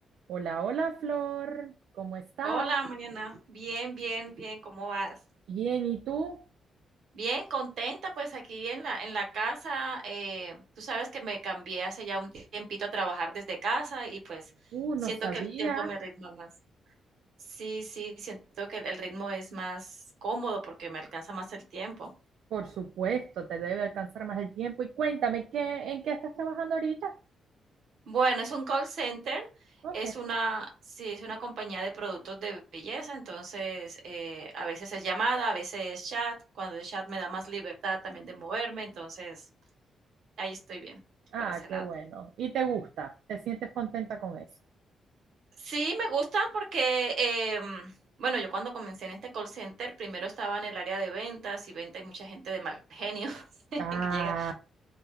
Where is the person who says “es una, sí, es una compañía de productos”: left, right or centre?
Right